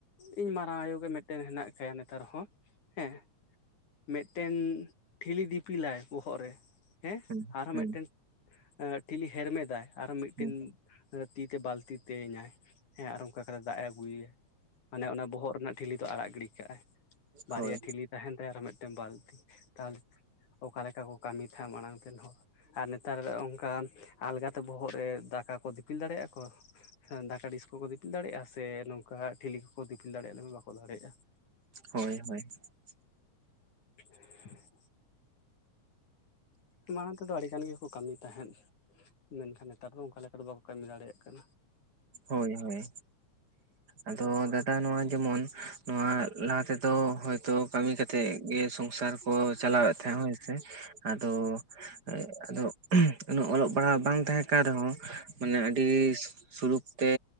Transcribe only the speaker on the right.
ᱦᱮᱸ
ᱦᱮᱸ
ᱦᱮᱸ
ᱦᱳᱭ
ᱦᱳᱭ ᱦᱳᱭ ᱾
ᱦᱳᱭ ᱦᱳᱭ, ᱟᱫᱚ ᱫᱟᱫᱟ ᱱᱚᱣᱟ ᱡᱮᱢᱚᱱ ᱱᱚᱣᱟ ᱞᱟᱦᱟ ᱛᱮᱫᱚ ᱦᱳᱭ ᱛᱚ, ᱠᱟᱹᱢᱤ ᱠᱟᱛᱮᱜ ᱜᱮ ᱥᱚᱝᱥᱟᱨ ᱠᱚ ᱪᱟᱞᱟᱣᱮᱜ ᱛᱟᱦᱮᱸᱜ ᱦᱳᱭ ᱥᱮ, ᱟᱫᱚ ᱮᱸᱜ ᱟᱫᱚᱜ ᱩᱱᱟᱹᱜ ᱚᱞᱚᱜ ᱯᱟᱲᱦᱟᱣ ᱵᱟᱝ ᱛᱟᱦᱮᱸ ᱠᱟᱱ ᱨᱮᱦᱚᱸ ᱢᱟᱱᱮ ᱟᱹᱰᱤᱻᱥ ᱥᱩᱞᱩᱠ ᱛᱮ